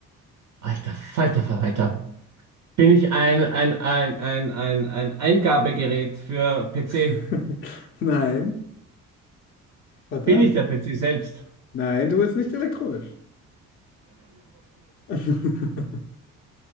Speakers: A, on the right (about 40°); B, on the left (about 30°).
A: Alter Falter Verwalter. Bin ich ein, ein, ein, ein, ein, ein Eingabegerät für PC?
B: <laughs> Nein. Verdammt.
A: Bin ich der PC selbst?
B: Nein, du bist nicht elektronisch. <laughs>